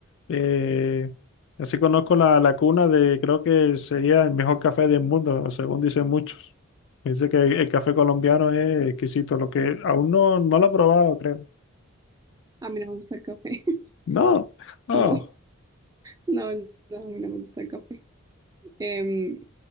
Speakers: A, on the left; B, on the right.
A: eh, así conozco la, la cuna de, creo que sería el mejor café del mundo, según dicen muchos. Dice que el café colombiano es exquisito, lo que aún no, no lo he probado, creo.
B: A mí no me gusta el café. <laughs>
A: No, no,
B: No, no, no, a mí no me gusta el café. Em,